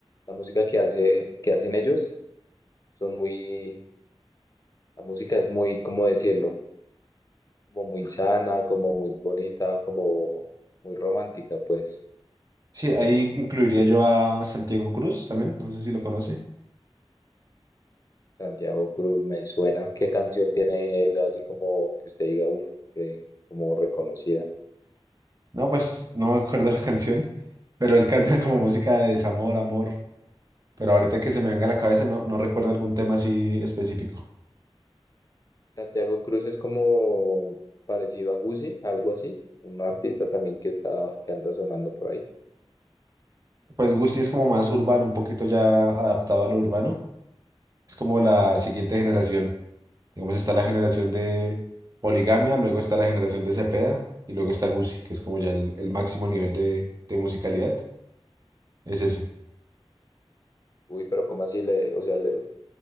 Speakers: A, on the left; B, on the right.
A: la música que hace, que hacen ellos son muy, la música es muy, ¿cómo decirlo? Como muy sana, como muy bonita, como muy romántica, pues.
B: Sí, ahí incluiría yo a Santiago Cruz también, no sé si lo conoce.
A: Santiago Cruz, me suena. ¿Qué canción tiene él así como que usted diga, uff, que como reconocida?
B: No, pues no me acuerdo la <laughs> canción, pero él canta como música de desamor, amor. Pero ahorita que se me venga a la cabeza no, no recuerdo algún tema así específico.
A: Santiago Cruz es como parecido a Guzzi, algo así, un artista también que está, que anda sonando por ahí.
B: Pues Gusti es como más urbano, un poquito ya adaptado a lo urbano. Es como la siguiente generación. Digamos, está la generación de Poligamia, luego está la generación de Cepeda y luego está Guzzi, que es como ya el, el máximo nivel de, de musicalidad. Es ese.
A: Uy, pero ¿cómo así le, o sea, le-